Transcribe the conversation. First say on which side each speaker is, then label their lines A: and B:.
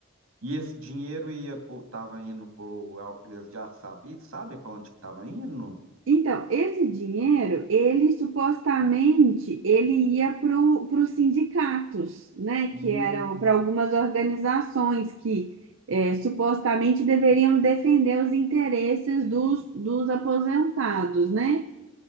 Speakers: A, on the right; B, on the right.
A: e esse dinheiro ia pro, tava indo pro. al- Eles já sabe, sabem para onde que tava indo?
B: Então, esse dinheiro, ele supostamente, ele ia para os sindicatos, né?
A: Hum,
B: Que eram para algumas organizações que eh, supostamente deveriam defender os interesses
A: entendi.
B: dos, dos aposentados, né?